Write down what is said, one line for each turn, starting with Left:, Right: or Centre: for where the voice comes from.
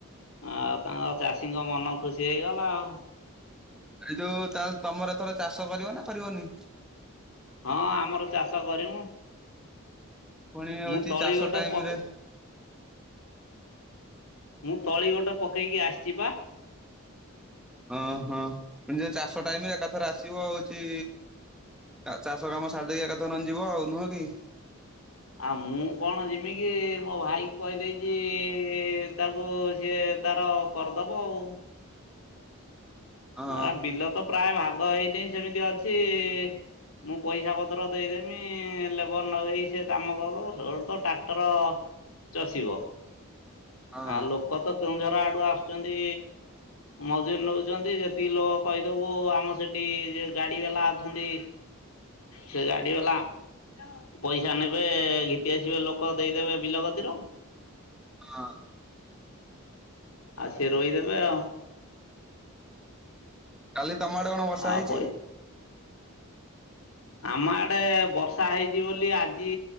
Left: ଆଉ ତାଙ୍କ ଚାଷୀଙ୍କ ମନ ଖୁସି ହେଇଗଲା ଆଉ।
Centre: ଏଇଯୋଉ ତାହେଲେ ତମରଏଥର ଚାଷ କରିବନା କରିବନି?
Left: ହଁ ଆମର ଚାଷ କରିମୁ
Centre: ପୁଣି ହଉଛି
Left: ମୁତଳି
Centre: ଚାଷ
Left: ଗୋଟେ
Centre: ଟାଇମ
Left: ପକେ
Centre: ରେ
Left: ମୁତଳି ଗୋଟେ ପକେଇକି ଆସିଚିପା।
Centre: ଅଁ ହଁ ପୁଣିଯେ ଚାଷ ଟାଇମିରେ ଏକାଥରେ ଆସିବ ହଉଚି ଆ ଚାଷ କାମ ସାରିଦେଇ ଏକାଥରେ ନହେନେ ଯିବ ଆଉ ନୁହକି?
Left: ଆଉ ମୁକଣ ଯିମିକିି ମୋ ଭାଇକୁ କହିଦେଇଚି ତାକୁ ସିଏ ତାର କରିଦବ ଆଉ।
Centre: ହଁ
Left: ହେରା ବିଲତ ପ୍ରାୟ ଭାଗ ହେଇନି ସେମିତି ଅଛି--‌ ମୁଁ ପଇସା ପତ୍ର ଦେଇଦେମି ଲେବର ନଗେଇ ସେକାମ କରିଦବ ସେଉଠୁତ ଟ୍ରାକ୍ଟର ଚଷିବ।
Centre: ହଁ
Left: ଆ ଲୋକତ କେଉଁଝର ଆଡ଼ୁ ଆସୁଚନ୍ତି ମଜୁରି ନେଉଚନ୍ତି ଯେତେ ତିଲୋକ କହିଦବୁ ଆମ ସେଠି ଯୋଗାଡ଼ି ବାଲା ଅଛନ୍ତି। ସେ ଗାଡ଼ି ବାଲା ପଇସା ନେବେ ଘିତି ଆସିବେ ଲୋକ ଦେଇଦେବେ ବିଲ କତିର।
Centre: ହଁ।
Left: ଆଉ ସିଏ ରୋଇଦେବେ ଆଉ।
Centre: କାଲି ତମଆଡ଼େ କଣ ବର୍ଷା
Left: ଆଁ
Centre: ହେଇଛି?
Left: ପଇ ଆମ ଆଡ଼େ ବର୍ଷା ହେଇଚି ବୋଲି ଆଜି